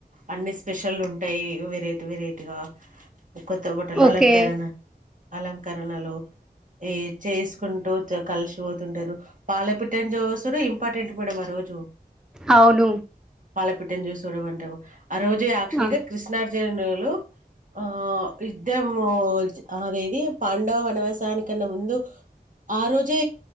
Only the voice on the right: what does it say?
అన్ని స్పెషల్లు ఉంటాయి. వెరైటీ వెరైటీగా కొత్తబట్టలు
అలంకరణ అలంకరణ లు ఏ చేసుకుంటూ జరు కలిసిపోతుంటారు. పాలపిట్టని జుసుడు ఇంపార్టెంట్ మేడం ఆ రోజు
పాలపిట్టను జుసుడు అంటె ఓ ఆ రోజు యాక్చువల్గా
కృష్ణార్జున ను లో ఆ యుద్ధము వచ్చి అదేది పాండవ వనవాసానికన్నా ముందు ఆ రోజే